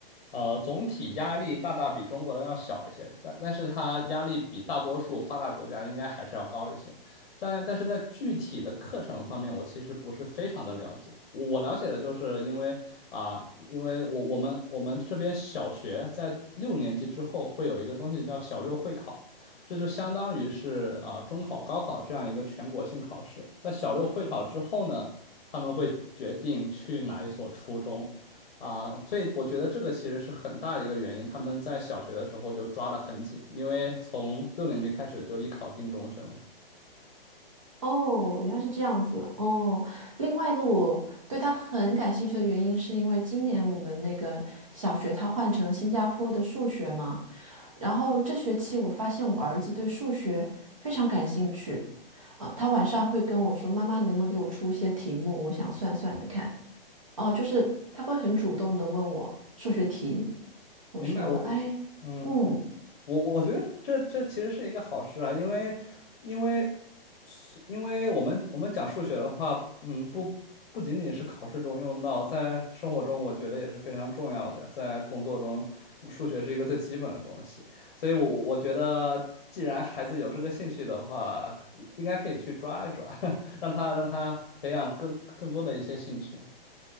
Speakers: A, on the left; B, on the right.
A: 呃总体压力大大比中国的要小一些，但但是它压力比大多数发达国家应该还是要高一些，但但是在具体的课程方面，我其实不是非常的了解，我我了解的就是因为啊、因为我我们我们这边小学在六年级之后会有一个东西叫小六会考。这就相当于是啊中考、高考这样一个全国性考试。在小六会考之后呢，他们会决定去哪一所初中，啊，所以我觉得这个其实是很大一个原因。他们在小学的时候就抓得很紧，因为从六年级开始就一考定终身了。
B: 哦，原来是这样子哦。另外一个我对他很感兴趣的原因，是因为今年我们那个小学它换成了新加坡的数学嘛。然后这学期我发现我儿子对数学非常感兴趣，啊，他晚上会跟我说：“妈妈，你能不能给我出一些题目？我想算算看。”哦，就是他会很主动的问我数学题。我说：
A: 明白我，
B: “哎，
A: 嗯。
B: 嗯，
A: 我我觉得这这其实是一个好事啊，因为因为数因为我们我们讲数学的话，嗯，不不仅仅是考试中用到，在生活中我觉得也是非常重要的呀，在工作中，数学是一个最基本的东西，所以我我觉得，既然孩子有这个兴趣的话，应该可以去抓一抓，<laughs> 让他让他培养更更多的一些兴趣。